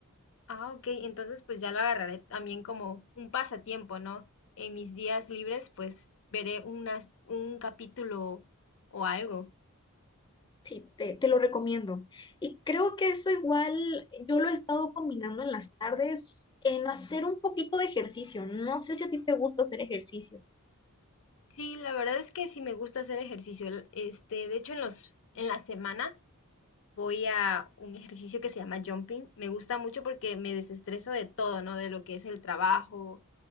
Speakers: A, on the left; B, on the left.
A: Ah, ok, entonces pues ya lo agarraré también como un pasatiempo, ¿no? En mis días libres, pues veré unas, un capítulo o algo.
B: Sí, te, te lo recomiendo. Y creo que eso igual yo lo he estado combinando en las tardes en hacer un poquito de ejercicio. No sé si a ti te gusta hacer ejercicio.
A: Sí, la verdad es que sí me gusta hacer ejercicio. El- Este, de hecho, en los, en la semana. voy a un ejercicio que se llama jumping. Me gusta mucho porque me desestreso de todo, ¿no? De lo que es el trabajo.